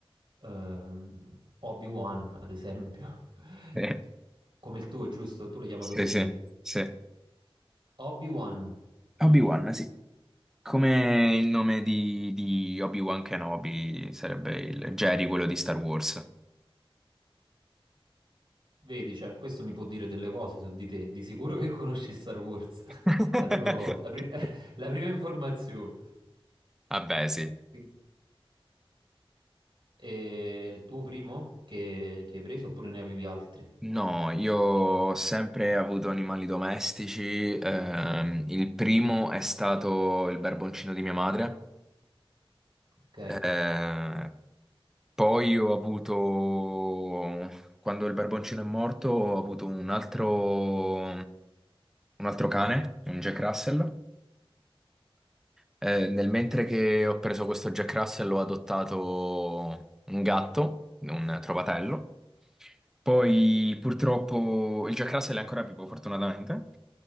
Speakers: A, on the right; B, in the centre.
A: ehm, Obi-Wan ad esempio, <laughs>
B: Sì,
A: come il tuo, giusto? Tu l'hai chiamato
B: sì,
A: così?
B: sì. sì.
A: Obi-Wan.
B: Obi-Wan, sì. Come il nome di, di Obi-Wan Kenobi sarebbe il Jerry, quello di Star Wars.
A: Vedi, cioè, questo mi può dire delle cose su di te. Di sicuro che conosci Star Wars.
B: <laughs>
A: <laughs> La prima cosa, la, prim- <laughs> la prima informazione.
B: Vabbè, sì.
A: Quindi, è il tuo primo che, che hai preso oppure ne avevi altri?
B: No, io ho sempre avuto animali domestici. ehm, il primo è stato il barboncino di mia madre.
A: Ok,
B: eh, poi ho avuto, quando il barboncino è morto, ho avuto un altro, un altro cane, un Jack Russell. Eh, nel mentre che ho preso questo Jack Russell ho adottato un gatto, un trovatello. Poi purtroppo il Jack Russell è ancora vivo, fortunatamente.